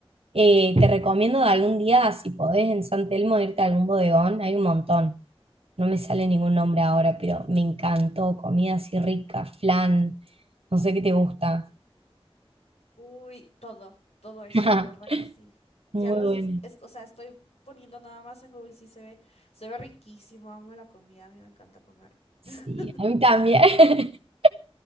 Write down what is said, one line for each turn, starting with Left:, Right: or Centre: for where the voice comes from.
Right: Eh, te recomiendo de algún día, si podés, en San Telmo irte a algún bodegón, hay un montón. No me sale ningún nombre ahora, pero me encantó. Comida así rica, flan, no sé qué te gusta.
Left: Uy, todo, todo eso,
Right: <laughs>
Left: la verdad que sí. Ya
Right: Muy
Left: los,
Right: bueno.
Left: es- es- o sea, estoy poniendo nada más en Google, sí se ve, se ve riquísimo, amo la comida, a mí me encanta comer.
Right: Sí,
Left: <laughs>
Right: a mí también. <laughs>